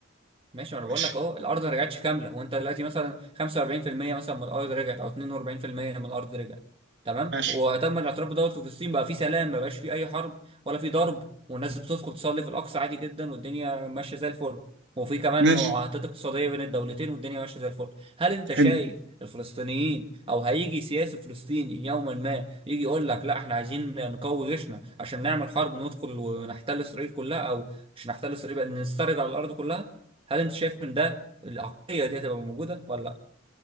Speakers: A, on the right (about 25°); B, on the right (about 60°).
A: ماشي ما انا بقول
B: ماشي
A: لك اهو الارض ما رجعتش كامله وانت دلوقتي مثلا 45% مثلا من الارض رجعت او 42% من الارض رجعت تمام
B: ماشي
A: وتم الاعتراف بدوت وفي الصين بقى في سلام ما بقاش في اي حرب ولا في ضرب والناس بتدخل تصلي في الاقصى عادي جدا والدنيا ماشيه زي الفل وفي كمان
B: ماشي
A: معاهدات اقتصاديه بين الدولتين والدنيا ماشيه زي الفل هل انت
B: حلو
A: شايف الفلسطينيين او هيجي سياسي فلسطيني يوما ما يجي يقول لك لا احنا عايزين نقوي جيشنا عشان نعمل حرب ندخل ونحتل اسرائيل كلها او مش نحتل اسرائيل بقى نسترجع الارض كلها هل انت شايف ان ده العقليه دي هتبقى موجوده ولا لا